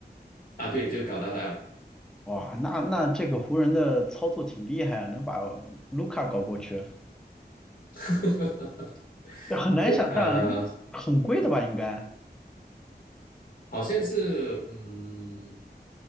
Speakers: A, on the left; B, in the centre.
A: 啊，对，就搞搭档，
B: 哇，那那这个湖人的操作挺厉害啊，能把卢卡搞过去，
A: <laughs>
B: 这很难想象啊，
A: 对呃
B: 很贵的吧？应该。
A: 好像是嗯，